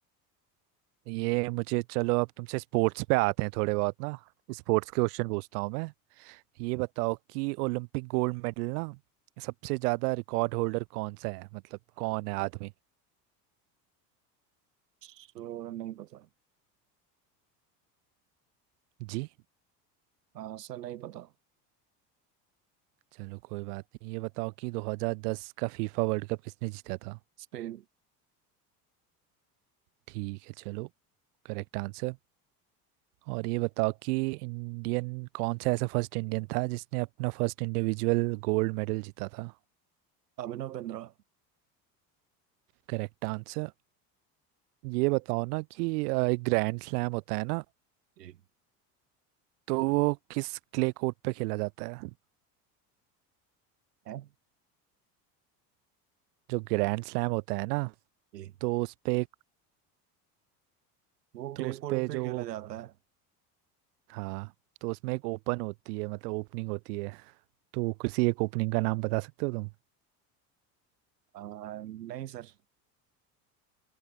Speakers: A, on the right; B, on the right.
A: ये मुझे चलो अब तुमसे स्पोर्ट्स पे आते हैं थोड़े बहुत ना स्पोर्ट्स के क्वेश्चन पूछता हूँ मैं ये बताओ कि ओलंपिक गोल्ड मेडल ना सबसे ज़्यादा रिकॉर्ड होल्डर कौन सा है मतलब कौन है आदमी
B: श्योर नहीं पता
A: जी
B: आंसर नहीं पता
A: चलो कोई बात नहीं ये बताओ कि 2010 का फीफा वर्ल्ड कप किसने जीता था
B: स्पेन
A: ठीक है चलो करेक्ट आंसर और ये बताओ कि इंडियन कौन सा ऐसा फर्स्ट इंडियन था जिसने अपना फर्स्ट इंडिविजुअल गोल्ड मेडल जीता था
B: अभिनव बिंद्रा
A: Correct answer ये बताओ ना कि अ, एक ग्रैंड स्लैम होता है ना
B: एक
A: तो वो किस क्ले कोर्ट पे खेला जाता है
B: है
A: जो ग्रैंड स्लैम होता है ना
B: एक
A: तो उस पे
B: वो
A: तो
B: क्ले
A: उस
B: कोर्ट
A: पे
B: पे
A: जो
B: खेला जाता है
A: हाँ तो उसमें एक ओपन होती है मतलब ओपनिंग होती है तो किसी एक ओपनिंग का नाम बता सकते हो तुम
B: आ, नहीं सर